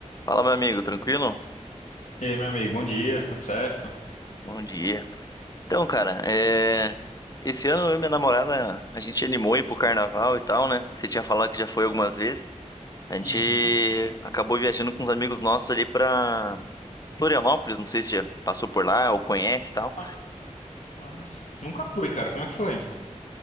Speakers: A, on the left; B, on the left.
A: Fala, meu amigo, tranquilo?
B: E aí, meu amigo, bom dia, tudo certo?
A: Bom dia. Então, cara, é... esse ano eu e minha namorada, a gente animou ir pro carnaval e tal, né? Você tinha falado que já foi algumas vezes. A gente
B: Uhum.
A: acabou viajando com uns amigos nossos ali pra Florianópolis, não sei se já passou por lá ou conhece e tal.
B: Ma- Massa. Nunca fui, cara, como é que foi?